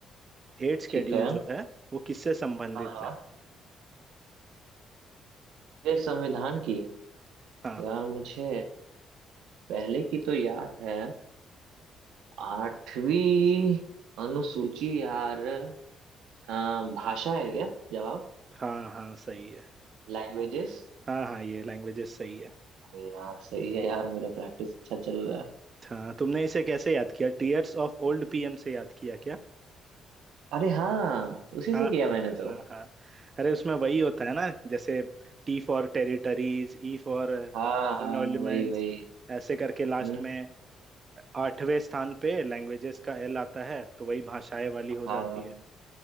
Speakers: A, on the right (about 40°); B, on the right (about 90°).
A: एट शेड्यूल
B: ठीक है
A: जो है वो किससे संबंधित
B: हाँ हाँ
A: है
B: ये संविधान की
A: हाँ
B: यार मुझे पहले की तो याद है आठवीं अनुसूची यार अ, भाषा है क्या जवाब
A: हाँ हाँ सही है
B: लैंग्वेजेस
A: हाँ हाँ ये लैंग्वेजेस सही है
B: अरे यार सही है यार मेरा प्रैक्टिस अच्छा चल रहा है
A: हाँ तुमने इसे कैसे याद किया टीयर्स ऑफ ओल्ड पीएम से याद किया क्या
B: अरे हाँ उसी
A: हाँ
B: से किया
A: हाँ
B: मैंने तो
A: हाँ हाँ अरे उसमें वही होता है ना जैसे T for territories E for
B: हाँ हाँ
A: elements
B: वही वही
A: ऐसे करके लास्ट
B: हम्म
A: में आठवें स्थान पे लैंग्वेजेस का एल आता है तो वही भाषाएं वाली हो
B: हाँ
A: जाती है